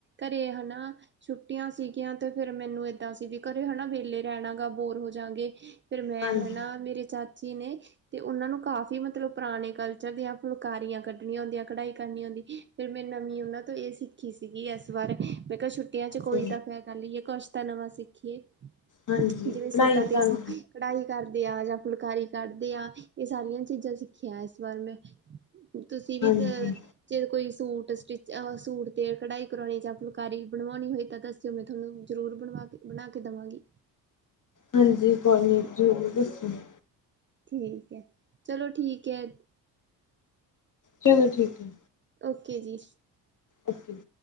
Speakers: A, on the right; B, on the left.
A: ਘਰੇ ਹਨਾ। ਛੁੱਟੀਆਂ ਸੀਗੀਆਂ। ਤੇ ਫਿਰ ਮੈਨੂੰ ਏਦਾਂ ਸੀ। ਵੀ ਘਰੇ ਹਨਾ ਵੇਲੇ ਰਹਿਣਾ ਗਾ ਬੋਰ ਹੋ ਜਾਂਗੇ। ਫਿਰ ਮੈਂ
B: ਹਾਂਜੀ
A: ਹਨਾ। ਮੇਰੇ ਚਾਚੀ ਨੇ, ਤੇ ਉਹਨਾਂ ਨੂੰ ਕਾਫ਼ੀ ਮਤਲਬ ਪੁਰਾਣੇ ਕਲਚਰ ਦੀਆਂ ਫੁਲਕਾਰੀਆਂ ਕੱਢਣੀਆਂ ਹੁੰਦੀਆਂ ਐ। ਕਢਾਈ ਕਰਨੀ ਆਉਂਦੀ। ਫਿਰ ਮੈਂ ਨਾਨੀ ਉਹਨਾਂ ਤੋਂ ਇਹ ਸਿੱਖ ਸਿੱਖੀ ਸੀਗੀ ਇਸ ਵਾਰ ਮੈਂ ਕਿਹਾ ਛੁੱਟੀਆਂ ਚ,
B: ਅੱਛਾ
A: ਕੋਈ ਤਾਂ ਫਿਰ ਕਰ ਲਾਹੀਏ ਕੁਛ ਤਾਂ ਨਵਾਂ ਸਿੱਖੀਏ।
B: ਹਾਂਜੀ
A: ਜਿਵੇਂ ਸੂਟਾਂ
B: ਪੜ੍ਹਾਈ
A: ਤੇ
B: ਕਰ
A: ਉਹ, ਕੜਾਈ ਕਰਦੇ ਆ। ਜਾਂ ਫੁਲਕਾਰੀ ਕੱਡਦੇ ਆ। ਇਹ ਸਾਰੀਆਂ ਚੀਜ਼ਾਂ ਸਿੱਖੀਆਂ। ਇਸ ਵਾਰ ਮੈਂ, ਤੁਸੀਂ ਵੀ
B: ਹਾਂਜੀ
A: ਤਾਂ, ਜੇ ਕੋਈ ਸੂਟ ਸਟਿਚ, ਸੂਟ ਤੇ ਕਢਾਈ ਕਰਾਉਣੀ ਜਾਂ ਫੁਲਕਾਰੀ ਬਣਵਾਉਣੀ ਹੋਏ ਤਾਂ ਦਸੋ। ਚ ਮੈਂ ਥੋਨੂੰ ਜ਼ਰੂਰ ਬਣਵਾ ਕੇ, ਬਣਾ ਕੇ ਦੇਵਾਂਗੀ।
B: ਹਾਂਜੀ, ਕੋਲਨੀ ਜੂਰਰ ਦੱਸੋ ਮੈਂ,
A: ਠੀਕ ਐ, ਚਲੋ ਠੀਕ ਐ।
B: ਚਲੋ ਠੀਕ ਹੈ।
A: ਓਕੇ ਜੀ।
B: ਓਕੇ ਜੀ।